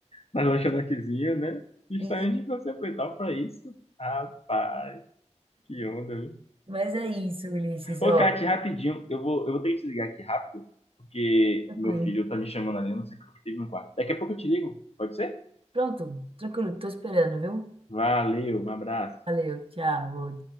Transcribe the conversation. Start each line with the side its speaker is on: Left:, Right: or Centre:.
Left: na lanchonetezinha, né? Justamente
Right: E,
Left: pra se aproveitar pra isso. Rapaz, que onda, viu?
Right: mas é isso, Ulisses,
Left: Ô,
Right: ó,
Left: ô, Kati, rapidinho, eu vou, eu vou ter que te ligar aqui rápido, porque
Right: tranquilo.
Left: meu filho tá me chamando ali, eu não sei o que teve no quarto. Daqui a pouco eu te ligo, pode ser?
Right: Pronto, tranquilo, tô esperando, viu?
Left: Valeu, um abraço.
Right: Valeu, tchau.